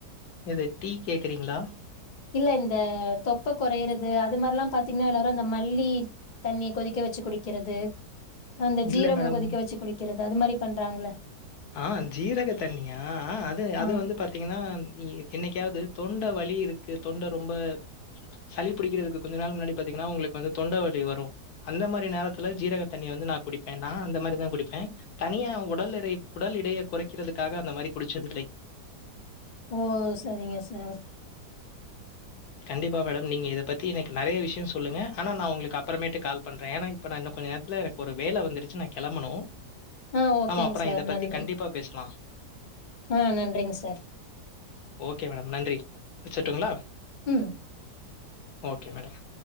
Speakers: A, on the left; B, on the left.
A: எது டீ கேக்றீங்ளா
B: இல்ல இந்த தொப்ப கொறைரது அது மார்லா பாத்தீங்கன்னா எல்லாரு அந்த மல்லி தண்ணிய கொதிக்க வச்சு குடிக்கிறது அந்த சீரகோ
A: இல்ல மேடம்.
B: கொதிக்க வச்சு குடிக்கிறது அது மாரி பண்றாங்கள்ல
A: ஆ சீரக தண்ணியா ஆ அது அது
B: ஆ
A: வந்து பா த்தீங்கன்னா என்னைக்காவ்து தொண்ட வலி இருக்கு தொண்ட ரொம்ப சளி புடிக்கிறதுக்கு கொஞ்ச நாள் முன்னாடி பாத்தீங்கன்னா உங்களுக்கு வந்து தொண்ட வலி வரு அந்த மாரி நேரத்துல சீரக தண்ணி வந்து நா குடிப்பே நா அந்த மாரிதா குடிப்பே தனியா உடல் எடை உடல் எடைய கொறைக்கிறதுக்காக அந்த மாரி குடிச்சதில்லை
B: ஓ செரிங்க சார்
A: கண்டிப்பா மேடம் நீங்க இத பத்தி எனக்கு நறைய விஷ்யோ சொல்லுங்க ஆனா நா உங்ளுக்கு அப்றமேட்டு கால் பண்றே ஏனா இப்ப நா இன்னு கொஞ்ச நேரத்துல எனக்கு ஒரு வேல வந்துருச்சு நா கெளம்பனு
B: ஆ ஓகேங்க
A: நாம அப்றோ
B: சார்
A: இத பத்தி
B: நன்றி
A: கண்டிப்பா பேசலா
B: ஆ நன்றிங்க சார்
A: ஓகே மேடம் நன்றி வச்சுட்டுங்ளா
B: ம்
A: ஓகே மேடம்